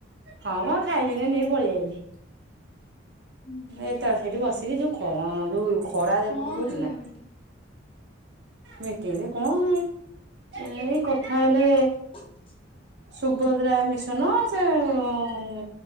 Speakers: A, on the right; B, on the left.
A: ହଁ ମ ଖାଇଲିିନି <unintelligible> ପଳେଇ ଆଇଲି
B: ହୁଁ ହୁଁ
A: ଏ ତ ସେଇଠି ବସିକି ଯୋଉ କଣ ଯୋଉ ଖରା ଦେଖ
B: କଣ
A: ହଉଚି
B: ହେଲା
A: ନା
B: ମିଟିଂ
A: ମିଟିଂରେ କଣ ଏଇ-ଏଇ କଥା ହେଲେ
B: <inaudible>
A: ସୁଭଦ୍ରା ମିଶନ <unintelligible>